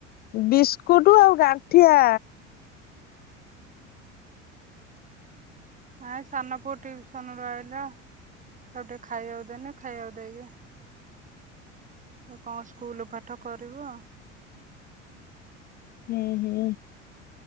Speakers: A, on the left (about 25°); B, on the right (about 20°).
A: ବିସ୍କୁଟୁ ଆଉ ଗାଣ୍ଠିଆ।
B: ନାଇ ସାନ ପୁଅ ଟିଉସନରୁ ଆଇଲା ତାକୁ ଟିକେ ଖାଇବାକୁ ଦେନି ଖାଇବାକୁ ଦେଇକି ହେ କଁ ସ୍କୁଲୁ ପାଠ କରିବ।
A: ହୁଁ ହୁଁ।